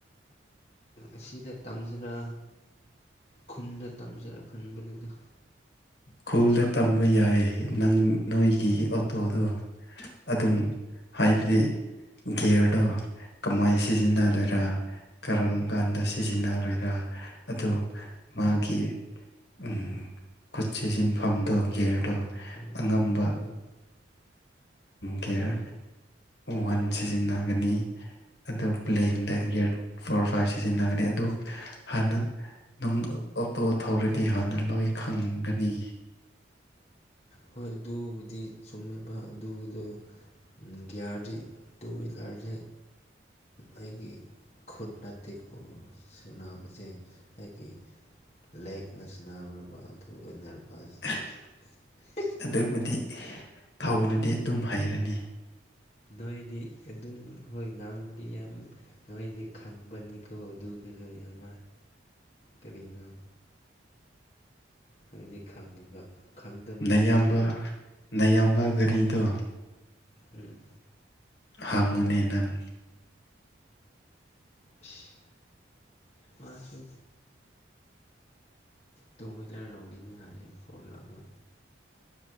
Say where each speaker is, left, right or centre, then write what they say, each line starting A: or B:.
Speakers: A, on the left; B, on the left.
A: ꯑꯁꯤꯗ ꯇꯝꯖꯔ ꯈꯨꯟꯗ ꯇꯝꯖꯦꯔ ꯈꯟꯕꯅꯤꯗ
B: ꯈꯨꯜꯗ ꯇꯝꯕ ꯌꯥꯏ ꯅꯪ ꯅꯣꯏꯒꯤ ꯑꯣꯇꯣꯗꯣ ꯑꯗꯨꯝ ꯍꯥꯏꯕꯗꯤ ꯒꯤꯌꯔꯗꯣ ꯀꯃꯥꯏ ꯁꯤꯖꯤꯟꯅꯗꯣꯏꯔꯥ ꯀꯔꯝ ꯀꯥꯟꯗ ꯁꯤꯖꯤꯟꯅꯔꯣꯏꯔꯥ ꯑꯗꯣ ꯃꯥꯒꯤ ꯎꯝ ꯈꯨꯠ ꯁꯤꯟꯐꯝꯗꯣ ꯒꯤꯌꯔꯗꯣ
A: ꯍꯣꯏ
B: ꯑꯉꯝꯕ
A: ꯍꯣꯏ
B: ꯒꯤꯌꯥꯔ
A: ꯍꯣꯏ
B: ꯋꯥꯟ ꯁꯤꯖꯤꯟꯅꯒꯅꯤ ꯑꯗꯨ ꯄꯂꯦꯟꯗ ꯒꯤꯌꯔ ꯐꯣꯔ ꯐꯥꯏꯚ ꯁꯤꯖꯤꯟꯅꯒꯅꯤ ꯑꯗꯨ ꯍꯥꯟꯅ ꯅꯪ ꯑꯣꯇꯣ ꯊꯧꯔꯗꯤ ꯍꯥꯟꯅ ꯂꯣꯏ ꯈꯪꯒꯅꯤ
A: ꯍꯣꯏ ꯑꯗꯨꯕꯨꯗꯤ ꯆꯨꯝꯃꯦꯕ ꯑꯗꯨꯗꯣ ꯒꯤꯌꯥꯔꯗꯤ ꯇꯨ ꯋꯤꯂꯔꯁꯦ ꯑꯩꯒꯤ ꯈꯨꯠ ꯅꯠꯇꯦꯀꯣ ꯁꯟꯅꯕꯁꯦ ꯑꯩꯒꯤ ꯂꯦꯛꯅ ꯁꯅꯕꯥꯔꯕ <unintelligible>
B: <unintelligible>
A: <unintelligible>
B: ꯑꯗꯨꯕꯨꯗꯤ ꯊꯧꯔꯗꯤ ꯑꯗꯨꯝ ꯍꯩꯔꯅꯤ
A: ꯅꯣꯏꯗꯤ ꯑꯗꯨꯝ ꯍꯣꯏ ꯉꯥꯡꯕꯗꯤ ꯌꯥꯝ ꯅꯣꯏꯗꯤ ꯈꯪꯕꯅꯤꯀꯣ ꯑꯗꯨꯒꯗꯣ ꯌꯥꯝ ꯀꯔꯤꯅꯣ ꯅꯣꯏꯗꯤ ꯈꯪꯉꯤꯕ ꯈꯪꯗꯕꯁꯤꯡꯁꯦ
B: ꯅꯌꯥꯝꯕ ꯅꯌꯥꯝꯕ ꯒꯥꯔꯤꯗꯣ
A: ꯎꯝ
B: ꯍꯪꯉꯨꯅꯦ ꯅꯪ
A: ꯏꯁ ꯃꯁꯨ ꯇꯨ ꯋꯤꯂꯔ ꯂꯧꯅꯤꯡꯉꯦ ꯍꯥꯏꯌꯦ ꯐꯣꯔ ꯂꯒ